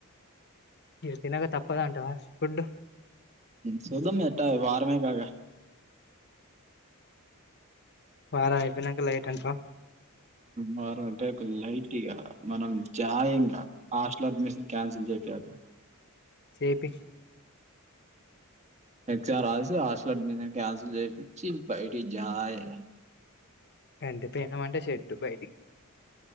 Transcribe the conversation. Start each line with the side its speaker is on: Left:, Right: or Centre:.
Left: ఇగ తినక తప్పదా అంటావా ఫుడ్
Right: చూదం ఏట వారమేగా
Left: పగలైపోయినక లైటెంటవ్
Right: వారు అంటే ఒక లైట్గా మనం జాయంగా హాస్టల్ అడ్మిషన్ క్యాన్సిల్ చెపియదు
Left: చెప్పి
Right: ఎక్జామ్ రాసి హాస్టల్ అడ్మిషన్ క్యాన్సిల్ చేపించి బయటి జాఏ
Left: ఎంటపోయినం అంటే షర్ట్ బయటికి